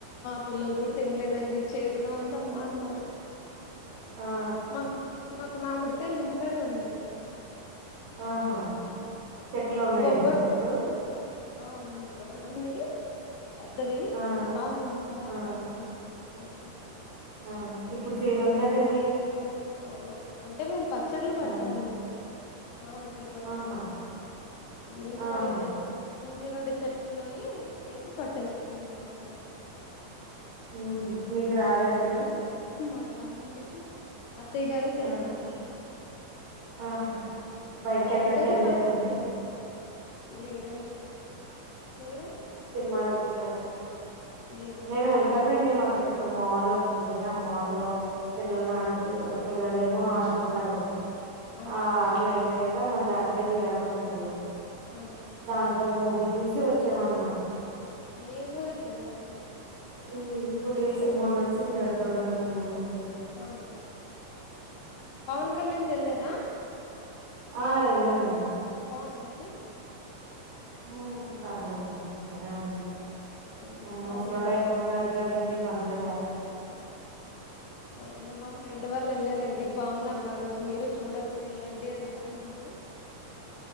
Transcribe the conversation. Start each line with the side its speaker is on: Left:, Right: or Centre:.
Left: పిల్లలు కూడా తినలేదండి చేదుగా ఉందమ్మా అన్నారు
Right: ఆ
Left: మ మాకు మామిడి కాయలు ఇంటికాడే ఉన్నాయండి
Right: ఆహా చెట్లు ఉన్నాయండి
Left: బొబ్బట్
Right: మీకు
Left: ఆ ఉందండీ ఒకటి ఉంది పెద్దది
Right: ఆ
Left: బాగు బాగా
Right: ఆ
Left: కాస్తుంది మది చెట్టు
Right: ఆ ఇప్పుడు సీజన్ కదండి
Left: అవును అంటే మేము పచ్చట్లు
Right: ఆ,
Left: పడతామండి మామిడికాయ పచ్చడి
Right: ఆహా
Left: ఇంటికాడు
Right: ఆహా
Left: నే ఇంటి కాడ చెట్లలోయి వేసి పట్టేస్తుందండి మా అత్తగారు
Right: ఉహ మీకు రాదండి
Left: మాకు రాదండి అత్తయ్య గారే చేస్తారండి
Right: ఆహా ఆహా బయటకి
Left: ఆ
Right: ఎక్కడికి
Left: ఉగాది
Right: వెళ్ళలేదండి
Left: పను లేదండి మీరు
Right: సినిమాలకి కట
Left: లేదు లేదండి
Right: మేము వెళ్తామండి
Left: మీరు
Right: మాకిక్కడ ఇ మాల్ ఉంటది ఆ మాల్లో పిల్లల్ని ఆడికి పిల్లలు ఏమో ఆడుకుంటారు
Left: అవును
Right: ఆ అట్లా అయిపోయి ఇ మళ్ళీ అక్కడే థీయేటర్ ఉంటుంది
Left: ఆ
Right: దాంట్లో మూవీ చూసి వచ్చావాలమ్ అనమాట
Left: ఏ మూవీకి వెళ్ళారండి
Right: ఊ ఇప్పుడు రీసెంట్ మొన్న వచ్చింది దూరంధర్ మూవీ వచ్చింది కదా.
Left: అవునవును పవన్ కళ్యాణ్ వెళ్ళే ఆ
Right: ఆ వెళ్ళాం అండి
Left: బాగుందండి
Right: హ పర్లేదు అండి బానే ఉంది
Left: అవునా
Right: ముూసలోడు
Left: మా ఫ్రెండ్
Right: అయిపోతున్నాడు కదండి. పర్లేదు రా
Left: అదే మా ఫ్రెండ్ వాళ్ళు వెళ్ళారండి బాగుందన్నారు మీరు మీరు చూడొచ్చు వెళ్ళండి అన్నారు నన్ను